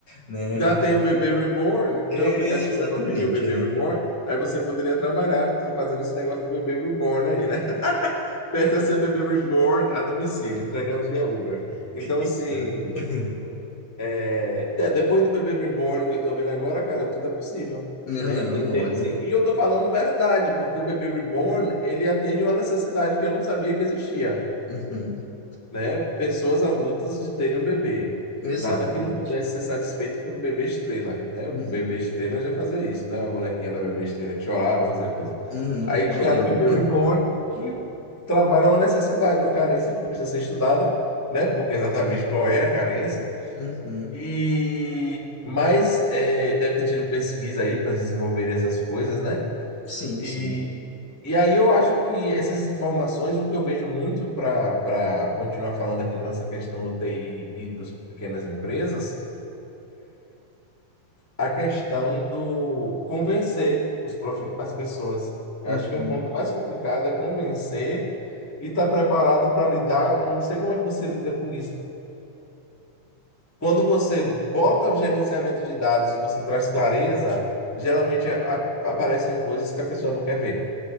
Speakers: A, on the left; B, on the left.
A: né?
B: Já
A: A gente
B: tem
A: sabe
B: o Bebê Reborn,
A: Exatamente,
B: tem um aplicativo para pedir o Bebê
A: né?
B: Reborn, aí você poderia trabalhar tá fazendo esse negócio do Bebê Reborn aí, né? Peça seu bebê reborn é a domicílio. Entregamos via Uber. Então,
A: Então,
B: assim,
A: <laughs>
B: é, tá, depois do bebê reborn que eu tô vendo agora, cara, tudo é possível,
A: né,
B: né?
A: não,
B: Em termos
A: olha.
B: assim, e eu tô falando verdade, porque o bebê reborn, ele atende uma necessidade que eu não sabia que existia
A: Uhum,
B: né, pessoas adultas de terem um bebê.
A: exatamente.
B: Nada que não pudesse ser satisfeito pelo bebê estrela, né?
A: Uhum,
B: O bebê estrela já fazia isso, né? A bonequinha da bebê estrela que chorava, fazia coisa.
A: uhum,
B: Aí
A: quem
B: criaram
A: não lembra?
B: o bebê
A: <laughs>
B: reborn, que trabalha uma necessidade, uma carência que precisa ser estudada, né? Porque exatamente qual é a carência.
A: Uhum,
B: E mas é, deve ter tido pesquisa aí para desenvolver essas coisas, né?
A: sim,
B: E
A: sim.
B: e aí eu acho que essas informações, o que eu vejo muito para para continuar falando aqui da nossa questão do TI e das pequenas empresas, a questão do convencer os profi- as pessoas. Eu
A: Uhum.
B: acho que um ponto mais complicado é convencer e estar preparado para lidar. Não sei como é que você lida com isso. Quando você bota gerenciamento de dados e você traz clareza, geralmente a- aparecem coisas que a pessoa não quer ver.